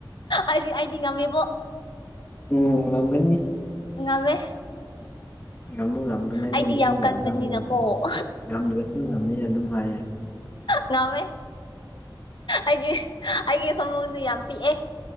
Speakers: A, on the left; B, on the left.
A: ꯑꯩꯗꯤ ꯑꯩꯗꯤ ꯉꯝꯃꯤꯕꯣ
B: ꯎꯝ ꯃꯝꯒꯅꯤ
A: ꯉꯃꯦ
B: ꯉꯝꯃꯨ ꯉꯝꯃꯨ ꯅꯪꯗꯤ
A: ꯑꯩꯗꯤ
B: ꯅ ꯆꯤꯡ
A: ꯀꯟꯕꯅꯤꯅꯀꯣ
B: ꯌꯥꯝ ꯇꯝꯃꯅꯤꯅ ꯉꯝꯗ꯭ꯔꯁꯨ ꯉꯝꯃꯦ ꯑꯗꯨꯝ ꯍꯥꯏꯌꯦꯦ
A: ꯉꯋꯦ ꯑꯩꯒꯤ ꯑꯩꯒꯤ ꯐꯃꯨꯡꯗ ꯌꯥꯝ ꯄꯤꯛꯑꯦ